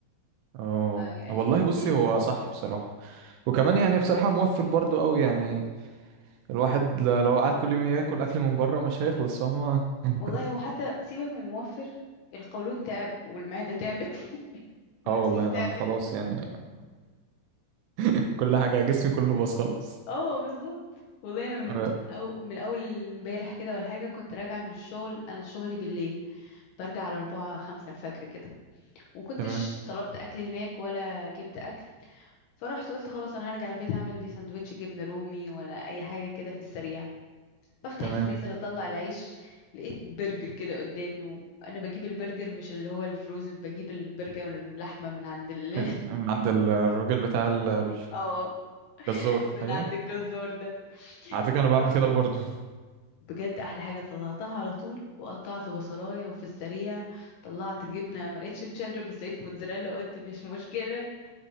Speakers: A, on the right; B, on the left.
A: اه
B: فيعني
A: والله بصي
B: ليه لا
A: هو صح بصراحة وكمان يعني بصراحة موفر برضو قوي يعني الواحد ل- لو قعد كل يوم ياكل اكل من بره مش هيخلص فاهمة <laughs>
B: والله هو حتى سيبك من الموفر القولون تعب والمعدة تعبت <laughs> والنفسية
A: اه والله
B: تعبت
A: انا خلاص يعني <laughs> كل حاجة جسمي كله باظ خلاص
B: اه بالظبط والله انا من
A: آه،
B: أو من اول امبارح كده ولا حاجه كنت راجعه من الشغل انا شغلي بالليل برجع على أربعة خمسة الفجر كده ومكنتش
A: تمام
B: طلبت اكل هناك ولا جبت اكل فرحت قلت خلاص انا هرجع البيت اعمل لي سندوتش جبنه رومي ولا اي حاجه كده في السريع بفتح
A: تمام
B: الفريزر اطلع العيش لقيت برجر كده قدامي وانا بجيب البرجر مش اللي هو الفروزن بجيب البرجر اللحمه من عند ال <laughs>
A: ال- عند ال- الراجل بتاع ال-
B: اه
A: الجزار
B: من
A: ايوه
B: عند الجزار ده
A: على فكرة انا بعمل
B: رحت
A: كده برضو
B: بجد احلى حاجه طلعتها على طول وقطعت بصلايه وفي السريع طلعت جبنه ما لقيتش تشيدر بس لقيت موتزاريلا قلت مش مشكله